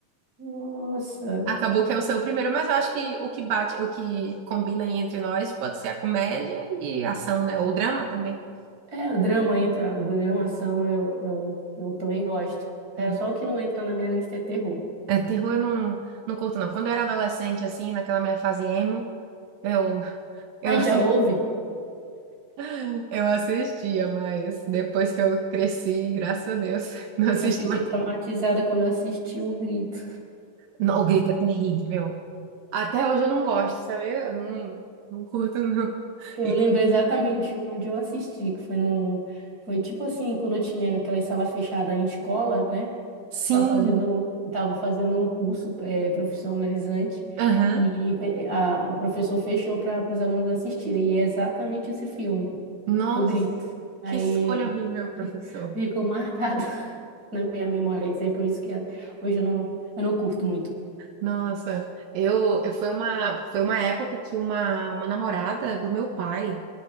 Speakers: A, on the right; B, on the right.
A: Nossa.
B: Acabou que é o seu primeiro, mas eu acho que o que bate, o que combina aí entre nós pode ser a comédia e a ação, né? Ou drama também.
A: É, o drama entra, drama, ação, eu, eu, eu também gosto. É,
B: É,
A: só o que não entra na minha lista é terror.
B: É, terror eu não, não curto, não. Quando eu era adolescente, assim, naquela minha fase emo, eu, eu,
A: Ah,
B: assi-
A: já houve?
B: <laughs> eu assistia, mas depois que eu cresci, graças a Deus, <laughs> não assisto
A: Eu fiquei
B: mais.
A: traumatizada quando eu assisti O Grito.
B: Não, o grito é terrível. Até hoje eu não gosto, sabe? Eu não, não curto, não.
A: Eu
B: E,
A: lembro exatamente onde eu assisti, que foi num... Foi tipo assim, quando eu tinha aquela sala fechada em escola, né?
B: sim,
A: Estava fazendo, um- tava fazendo um curso eh, profissionalizante
B: aham.
A: e pe- a- o professor fechou para os alunos assistirem. E é exatamente esse filme,
B: Nossa,
A: O Grito. Aí
B: que escolha
A: <laughs>
B: horrível,
A: eh,
B: professor.
A: ficou marcado <laughs> na minha memória. Isso aí por isso que eh, hoje eu não, eu não curto muito.
B: Nossa, eu, eu foi uma, foi uma época que uma, uma namorada do meu pai